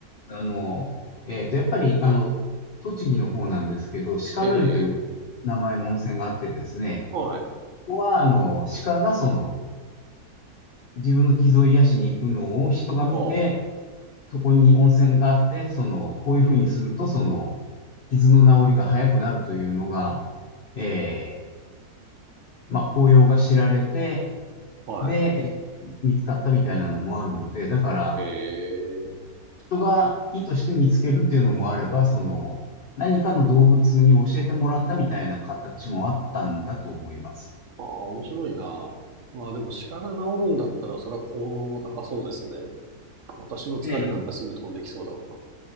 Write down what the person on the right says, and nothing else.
ええ、はい。
ああ、
はい。
ええ、
ああ、面白いな。まあでも鹿が治るんだったら、それは効能も高そうですね。私の疲れなんかすぐ飛んできそうだもんな。